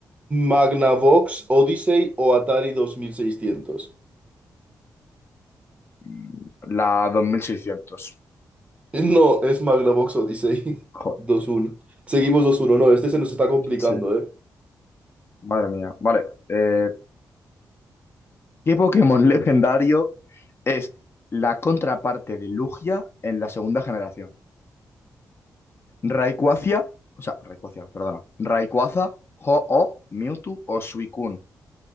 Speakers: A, on the right; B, on the left.
A: Magnavox Odyssey o Atari 2600.
B: Mm, La 2600.
A: No, es Magnavox Odyssey
B: Joder,
A: <laughs> 2-1. Seguimos 2-1. No, este se nos está complicando,
B: sí.
A: ¿eh?
B: Madre mía. Vale. eh, ¿Qué Pokémon <laughs> legendario es la contraparte de Lugia en la segunda generación? Rayquaza, o sea, Rayquaza, perdona. Rayquaza, Ho-Oh, Mewtwo o Suicune.